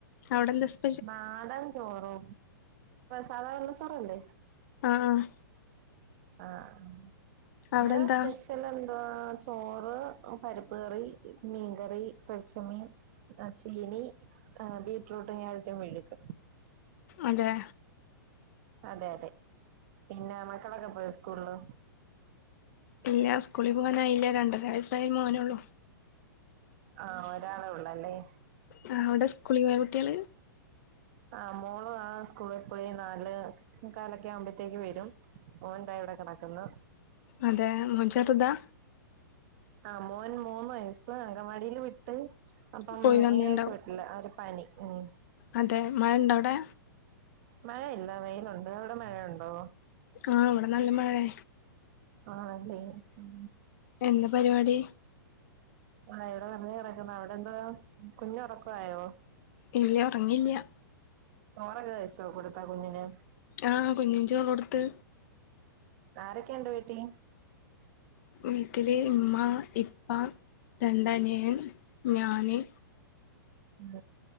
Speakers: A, on the left (about 50°); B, on the right (about 45°).
A: അവിടെ എന്താ സ്
B: നാടൻ ചോറോ സാധാരണ ചോറല്ലേ
A: ആഹ്
B: ആഹ്
A: അവിടെന്താ
B: വ്ടെ സ്പെഷ് ഷെലന്താ ചോറ് പരിപ്പ് കറി മീൻകറി പെര്ച്ചമീ ആഹ് ചീനി എഹ് ബീറ്റ്റൂട്ടും കേരറ്റും മേഴക്
A: അതെ
B: അതെ അതെ പിന്നെ മക്കളൊക്കെ പോയി സ്കുൾള്
A: ഇല്ല സ്കൂളി പോകാനായില്ല രണ്ടരയസായ മോനൊള്ളൂ
B: ആഹ് ഒരാളെ ഉള്ളല്ലേ?
A: ആഹ് അവിടെ സ്കൂളി പോയൊ കുട്ടിള്
B: ആഹ് മോള് ആഹ് സ്കൂളി കുളി നാലെ ആഉ മുകാലൊക്കെ ആവുമ്പത്തേക്ക് വരും ഓൻന്താ ഇവിടെ കിടക്കന്ന്
A: അതെ മോൻ ചെർതാ
B: ആഹ് മോൻ മൂന്ന് വയസ്സ് അങ്കവാടില് വിട്ട് അപ്പം
A: പോയി വന്നിണ്ടാവും
B: ഈ ആഴ്ച ല്ല ഒരു പനി ഉം
A: അതെ മഴ ഉണ്ടോ അവിടെ
B: മഴയില്ല വെയിലുണ്ട് അവിടെ മഴയുണ്ടോ
A: ആഹ് ഇവിടെ നല്ല മഴയാ
B: ആഹ അല്ലെ ഉം
A: എന്താ പരിപാടി
B: ആ ഇവിടെ വെറുതെ കിടക്കുന്ന അവിടെ എന്തുവാ കുഞ്ഞു ഉറക്ക ആയോ
A: ഇല്ല ഉറങ്ങില്ല
B: ചോറക്കെ കഴിച്ചോ കൊടുത്തോ കുഞ്ഞിന്
A: ആഹ് കുഞ്ഞിന് ചോറ്കൊടുത്ത്
B: ആരൊക്കെ ഉണ്ട് വീട്ടില്
A: വീട്ടില് ഇമ്മ ഇപ്പാ രണ്ടനിയൻ ഞാന്
B: ഉം